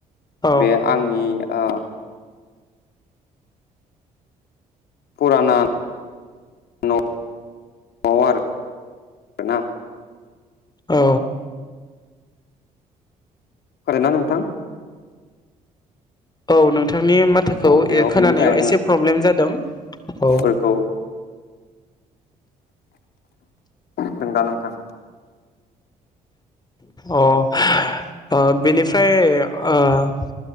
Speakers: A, on the left; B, on the left.
A: औ
B: बे आंनि आ फुराना न'आव आरो ना।
A: औ
B: हरे ना नोंथां
A: औ नोंथां। थांनि माथोखौ
B: औ बेयाव
A: एर-खोनानायाव
B: बेनिफ्राय
A: एसे प्रब्लेम जादों
B: आयदाफोरखौ
A: औ।
B: दों दा नोंथां?
A: अ उह बिनिफ्राय उह